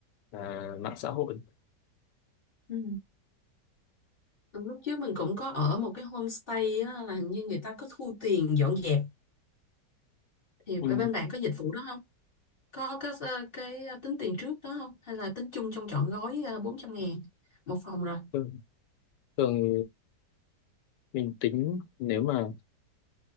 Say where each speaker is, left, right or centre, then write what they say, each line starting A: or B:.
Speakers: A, on the left (about 80°); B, on the left (about 35°).
A: à, mạng xã hội
B: ừ. Lúc trước mình cũng có ở một cái homestay á, là hình như người ta có thu tiền dọn dẹp thì
A: ừ.
B: bên bạn có dịch vụ đó có các ờ, cái ờ, tính tiền trước đó không hay là tính chung trong trọn gói ờ, bốn trăm ngàn một phòng rồi
A: thường, thường mình tính nếu mà